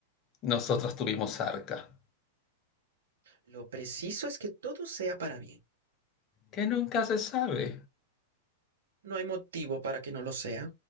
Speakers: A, on the left; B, on the right.
A: Nosotros tuvimos arca.
B: Lo preciso es que todo sea para bien.
A: Que nunca se sabe.
B: No hay motivo para que no lo sea.